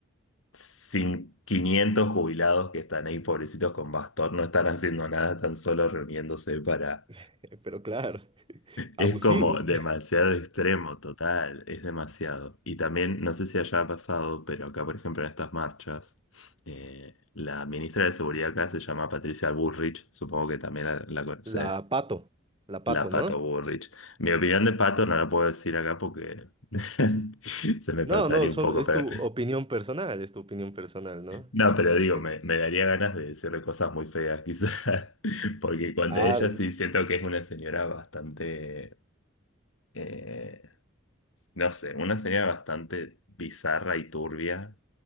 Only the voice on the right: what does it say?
<laughs> pero claro, <laughs> abusivos.
La pato, la pato,
¿no?
La
pato.
No,
no, son,
es
tu opinión personal, es tu opinión personal, ¿no?
Siempre
se
respeta.
Ah,